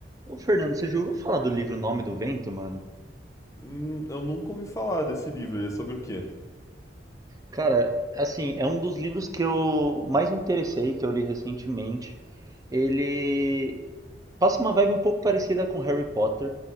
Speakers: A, on the right (about 20°); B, on the left (about 20°).
A: Ô, Fernando, você já ouviu falar do livro Nome do Vento, mano?
B: Hum, eu nunca ouvi falar desse livro. Ele é sobre o quê?
A: Cara, assim, é um dos livros que eu mais me interessei, que eu li recentemente. Ele passa uma vibe um pouco parecida com Harry Potter,